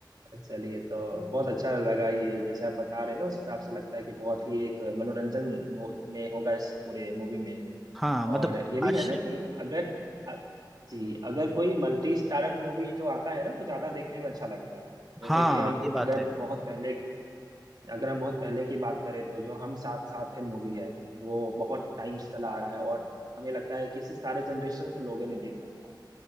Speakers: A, on the right (about 60°); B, in the centre.
A: चलिए तो बहुत अच्छा लगा ये जैसे आप बता रहे हैं ना उस हिसाब से लगता है कि बहुत ही एक मनोरंजन मो- में होगा इस पूरे मूवी में
B: हाँ मतलब
A: और ये भी
B: आश्चर्य
A: है ना कि अगर अ- जी अगर कोई मल्टी स्टारर मूवी जो आता है ना वो ज्यादा देखने में अच्छा लगता है जैसे
B: हाँ
A: कि हम
B: ये बात
A: अगर
B: है
A: बहुत पहले अगर हम बहुत पहले की बात करें तो जो हम साथ साथ है मूवी है वो बहुत टाइम से चला आ रहा है और हमें लगता है कि इसे सारे जनरेशन को लोगों ने देख रखा है